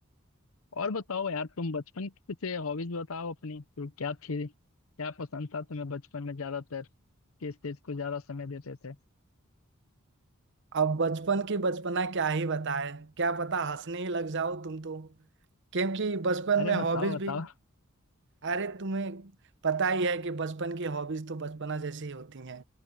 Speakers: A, on the left; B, on the right.
A: और बताओ यार तुम बचपन की कुछ हॉबीज बताओ अपनी तो क्या थी क्या पसंद था तुम्हें बचपन में ज्यादातर किस चीज को ज्यादा समय देते थे
B: अब बचपन की बचपना क्या ही बताए क्या पता हंसने ही लग जाओ तुम तो क्योंकि बचपन
A: अरे
B: में हॉबीज
A: बताओ बताओ
B: भी अरे तुम्हें पता ही है कि बचपन की हॉबीज तो बचपना जैसी ही होती हैं